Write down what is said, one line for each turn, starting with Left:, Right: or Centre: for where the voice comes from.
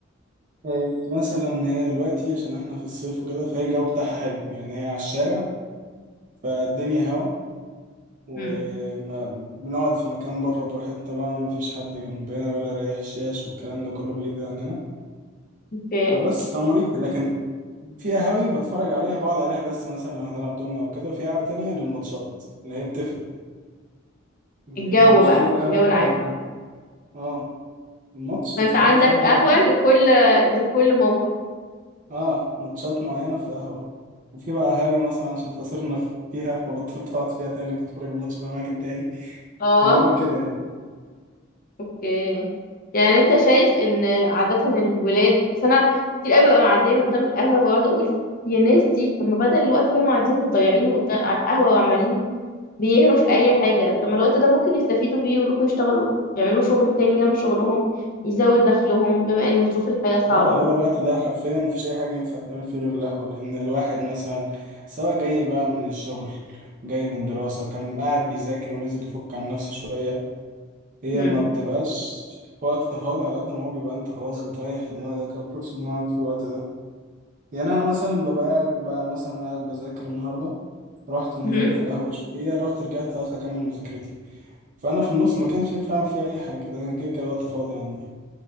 Right: إيه مثلا هي دلوقتي عشان احنا في الصيف وكده فهي الجو بتاعها حلو يعني هي على الشارع فالدنيا هوا وما
Left: امم
Right: بنقعد في مكان بره براحتنا بقى مفيش حد جنبنا ولا ريح شيش والكلام ده كله بعيد عننا
Left: اوكي
Right: فبس فمريحة لكن في قهاوي بتفرج عليها بقعد عليها بس مثلا لو هنلعب دومنا او كده وفي قهوة تانية للماتشات اللي هي بتفرق يعني
Left: الجو
Right: هي مش
Left: بقى
Right: كل القهاوي
Left: الجو
Right: حاجة
Left: العام
Right: واحدة اه الماتش
Left: فانت
Right: يتفرجوا
Left: عندك
Right: في قهوة
Left: قهوة
Right: معينة
Left: لكل لكل موقف
Right: اه ماتشات معينة في قهوة وفي بقى قهاوي مثلا عشان خسرنا فيها فبطلت اقعد فيها تاني بتفرج الماتش في اماكن تاني
Left: اه
Right: واللي هو كده يعني
Left: اوكي يعني انت شايف ان عادة الولاد بس انا كتير قوي ببقى معدية من قدام القهوة بقعد اقول يا ناس دي طب ما بدل الوقت اللي هم قاعدين مضيعينه قدام على القهوة وعمالين بيهروا في اي حاجه طب ما الوقت ده ممكن يستفيدوا بيه ويروحوا يشتغلوا يعملوا شغل تاني جنب شغلهم يزود دخلهم بما ان ظروف الحياه صعبه
Right: لا لا هو الوقت ده حرفيا مفيش اي حاجة ينفع تعمل فيه غير القهوة لان الواحد مثلا سواء جاي بقى من الشغل جاي من دراسة كان قاعد بيذاكر ونزل يفك عن نفسه شوية هي
Left: مم.
Right: ما بتبقاش في وقت فاضي على قد ما هو بيبقى انت خلاص بتريح دماغك او بتفصل دماغك في الوقت ده يعني انا مثلا ببقى قاعد ببقى مثلا قاعد بذاكر النهارده رحت نزلت
Left: مم.
Right: القهوه شويه رحت رجعت خلاص اكمل مذاكرتي فانا في
Left: اوكي
Right: النص ما كانش ينفع اعمل فيها اي حاجه ده كان كده كده وقت فاضي عندي